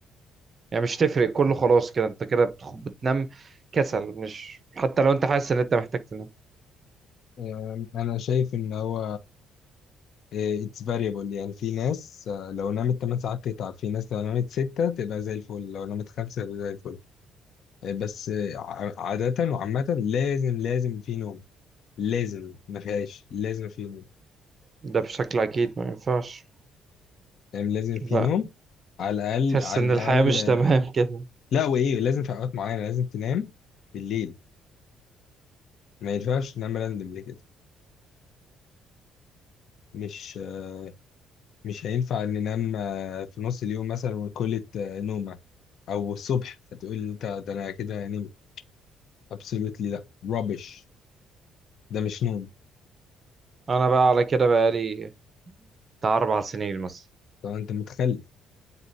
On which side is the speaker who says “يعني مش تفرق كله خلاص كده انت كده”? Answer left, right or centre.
Right